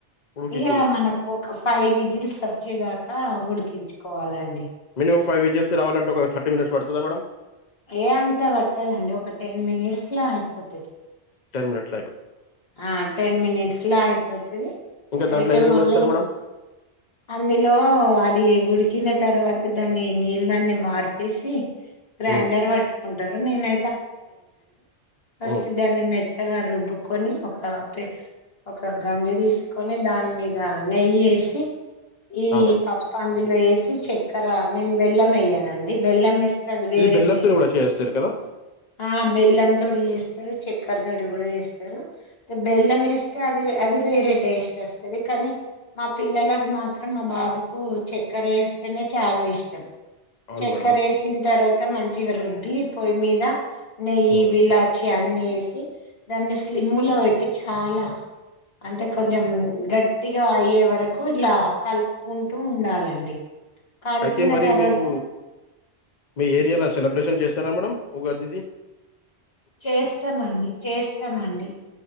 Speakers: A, on the left (about 50°); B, on the left (about 65°).
A: ఉడికిచ్చుడు
B: ఇయా మనకు ఒక ఫైవ్ విజిల్స్ వచ్చేదాకా ఉడికించుకోవాలండి
A: మిమం ఫైవ్ విజిల్స్ రావాలంటే ఒక ర్టీ మినిట్స్ పడుదా మ్యాడడం
B: ఏ అంత పట్టదండి ఒక టెన్ మినిట్స్లా అయిపోతుంది
A: తెర్ మినట్
B: ఆ టెన్ మినిట్స్ లో అయిపోతుది
A: ఇంకా దాంట్లో
B: అయితే
A: ఏమేమి
B: మళ్ళీ
A: ఏస్తారు మేడం
B: అందులో అది ఉడికిన తర్వాత దాన్ని నీళ్ళన్ని మార్పేసి గ్రైండర్
A: ఉమ్
B: పట్టుకుంటా న అ
A: ఉమ్
B: మ కొని ఒక పే ఒక గంజి తీసుకొని దాని మీద నెయ్యి వేసి ఈ
A: ఆ మేడం
B: పప్ప అందులో వేసి చక్కెర నేను బెల్లం వేయ్యానండి బెల్లం వేస్త అది వేర
A: ఇది బెల్లంతోని
B: టేస్ట్
A: కూడా చేస్తారు కదా
B: ఆ బెల్ం తొడి వేస్తారు చెక్కర తొడి కూడా వేస్తారు బెల్లం వేస్తే అది అది వేరే టేస్ట్ వస్తుంది కానీ మా పిల్లల మాత్రం మా బాబుకు చెక్కర వేస్తేనే చాలా ఇష్టం
A: అవును
B: చక్కర
A: మేడం
B: వేసిన తర్వాత మంచిగా రుబ్బి పొయ్యి మీద నెయ్యి
A: ఉమ్
B: విలాచి అన్ని వేసి దాన్ని స్లిమ్ లో పెట్టి చాలా అంటే కొంచెం గట్టిగా అయ్యే వరకు ఇలా కలుపుకుంటూ ఉండాలండి కలిపిన
A: అయితే మరి
B: తర్వాత
A: మీరు మీ ఏరియాలో సెలబ్రేషన్ చేస్తారా మేడడం ఉదిది
B: చేస్తామండి చేస్తామండి